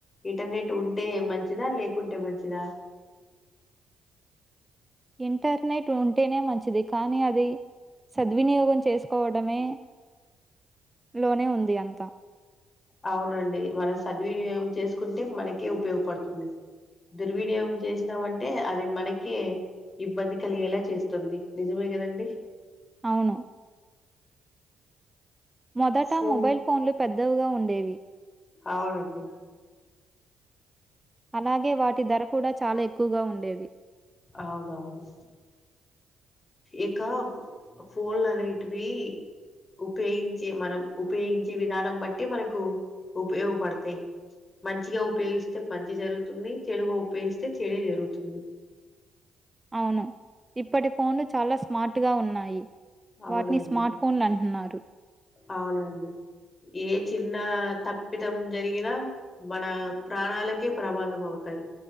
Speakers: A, on the left; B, on the right.
A: ఇంటర్నెట్ ఉంటే మంచిదా లేకుంటే మంచిదా
B: ఇంటర్నెట్ ఉంటేనే మంచిది కానీ అది సద్వినియోగం చేసుకోవటమే లోనే ఉంది అంతా
A: అవునండి మనం సద్వినియోగం చేసుకుంటే మనకే ఉపయోగపడుతుంది దుర్వినియోగం చేసినామంటే అది మనకి ఇబ్బంది కలిగేలా చేస్తుంది నిజమే కదండి
B: అవును. మొదట
A: ఫోన్
B: మొబైల్ ఫోన్లు పెద్దవుగా ఉండేవి
A: అవునండి
B: అలాగే వాటి ధర కూడా చాలా ఎక్కువగా ఉండేది
A: అవునువును ఇకా ఫోన్ అనేటివి ఉపయోగించే మనం ఉపయోగించే విధానం బట్టి మనకు ఉపయోగపడతాయి మంచిగా ఉపయోగిస్తే మంచి జరుగుతుంది చెడుగా ఉపయోగిస్తే చెడే జరుగుతుంది
B: అవును ఇప్పటి ఫోన్లు చాలా స్మార్ట్ గా ఉన్నాయి
A: అవునండి
B: వాటిని స్మార్ట్ ఫోన్‌లంటున్నారు.
A: అవునండి ఏ చిన్న తప్పిదం జరిగినా మన ప్రాణాలకే ప్రమాదం అవుతాయి